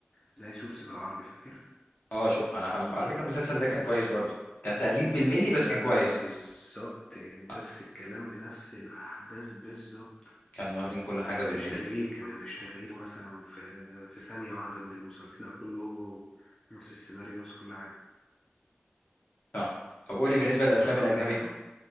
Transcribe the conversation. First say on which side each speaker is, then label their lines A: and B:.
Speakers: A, on the left (about 15°); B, on the left (about 50°).
A: زي سوتس بالعربي فاكر
B: اه شوف انا حب... على فكره المسلسل ده كان
A: ده
B: كويس
A: ده
B: برضه كان تقليد بالملي
A: بس ده
B: بس كان كويس
A: بالظبط يعني نفس
B: آه،
A: الكلام بنفس الأحداث بالظبط
B: كانوا واخدين كل حاجه
A: يعني مفيش
B: بالملي
A: تغيير كمان مفيش تغيير مثلا في في ثانية واحدة من المسلسل لا كله هو هو نفس السيناريو نفس كل حاجة
B: صح طب قولي بالنسبه للافلام
A: انت اصلا
B: الاجنبي
A: تابعته